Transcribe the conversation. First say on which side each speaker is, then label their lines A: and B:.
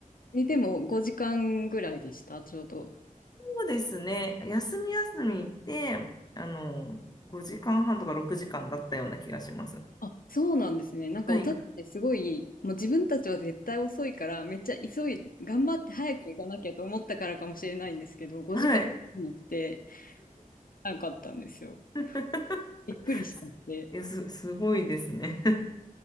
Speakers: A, on the left; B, on the left.
A: え、でも5時間ぐらいでした、ちょうど。
B: そうですね。休み休み行って、あの、5時間半とか6時間だったような気がします。
A: あ、そうなんですね。なんか私ってすごい、
B: はい。
A: もう自分たちは絶対遅いから、めっちゃ急い、頑張って早く行かなきゃと思ったからかもしれないんですけど、5時間なくて、
B: はい。
A: なかったんですよ。
B: <laughs>
A: びっくりしちゃって。
B: いや、す、すごいですね。